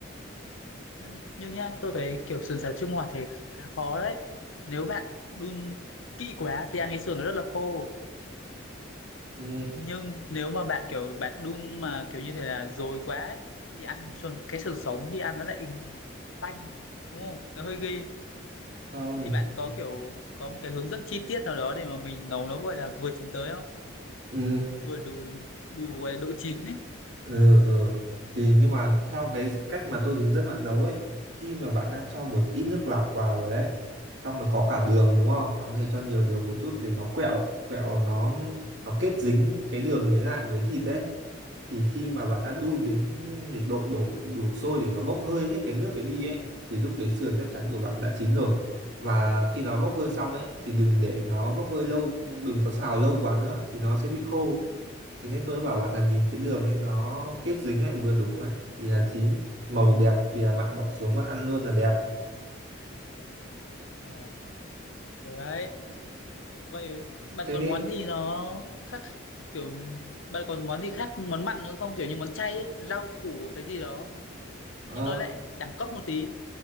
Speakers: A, on the left (about 85°); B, on the right (about 65°).
A: nhưng nhưng nhá tôi thấy kiểu sườn xào chua ngọt thì khá khó đấy nếu bạn đun kỹ quá thì ăn cái sườn nó rất là khô
B: ừ
A: nhưng nếu mà bạn kiểu bạn đun mà kiểu như thế là dồi quá ấy, thì ăn xuân- cái sự sống đi ăn nó lại tanh đúng không nó hơi ghê
B: không
A: thì bạn có kiểu có một cái hướng dẫn chi tiết nào đó để mà mình nấu nó gọi là vừa chín tới không
B: ừ
A: vừa đủ đủ gọi là độ chín ấy
B: Ừ, ừ. Thì nhưng mà theo cái cách mà tôi hướng dẫn bạn nấu ấy khi mà bạn đã cho một ít nước lọc vào rồi ấy xong rồi có cả đường đúng không bạn có thể cho nhiều đường một chút để nó quẹo quẹo nó nó kết dính cái đường ấy lại với thịt ấy thì khi mà bạn đã đun
A: ừ.
B: đến nhiệt độ đổ đổ sôi để nó bốc hơi hết cái nước ấy đi ấy thì lúc đấy sườn chắc chắn của bạn đã chín rồi và khi nó bốc hơi xong ấy thì đừng để nó bốc hơi lâu đừng có xào lâu quá nữa thì nó sẽ bị khô Thế nên tôi bảo bạn là nhìn cái đường ấy nó kết dính lại vừa đủ ấy thì là chín, màu đẹp thì là bạn bỏ xuống bạn ăn luôn là đẹp.
A: Ờ, được đấy vậy bạn
B: Thế
A: còn món gì nó khác kiểu bạn còn món gì khác món mặn nữa không kiểu như món chay ấy rau củ cái gì đó
B: ờ,
A: nhưng nó lại đẳng cấp một tí